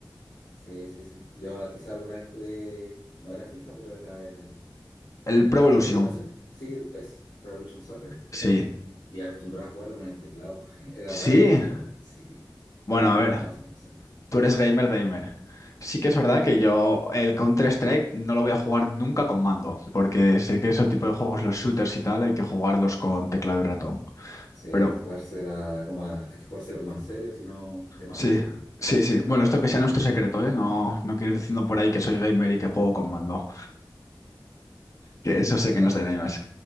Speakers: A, on the left; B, on the left.
A: Sí, sí, sí. Yo quizá alguna vez jugué, no era FIFA, pero era el,
B: El Pro Evolution.
A: creo que conoce, sí, el PES, Pro Evolution Soccer,
B: Sí.
A: y acostumbrado a jugarlo con el teclado. <laughs> Era
B: Sí.
A: raro, pero <laughs> sí,
B: Bueno,
A: pero
B: a
A: no,
B: ver,
A: no, no sé.
B: tú eres gamer, gamer. Sí que es verdad que yo el Counter-Strike no lo voy a jugar nunca con mando, porque sé que esos tipos de juegos, los shooters y tal, hay que jugarlos con teclado y ratón.
A: Sí, hay
B: Pero
A: que jugársela como a- hay que jugárselo como en serio, si no te matan.
B: sí,
A: <laughs>
B: sí, sí. Bueno, esto que sea nuestro secreto, ¿eh? No, no quiero ir diciendo por ahí que soy gamer y que juego con mando, que eso sé
A: No,
B: que no
A: pero,
B: es de gamers.